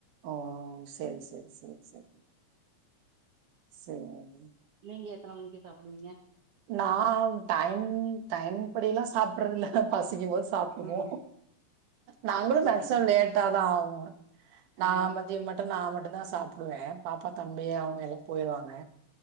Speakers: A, on the right (about 80°); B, on the right (about 60°).
A: ஓ செரி செரி செரி செரி சேரி
B: நீங்க எத்தன மணிக்கு சாப்டுவீங்க
A: நா டைம் டைம் படிெல்லா சாப்புறதுல பசிக்கும் போது சாப்ட்டுப்போ
B: ம்
A: நாங்களு
B: சரி சரிங்க
A: மேக்சிம லேட்டா தா ஆவு நா
B: ஆ
A: மதியம் மட்டு நா மட்டு தா சாப்டுவே பாப்பா தம்பி ம் அவங்க
B: ஆமா
A: எல்லா போயடுவாங்க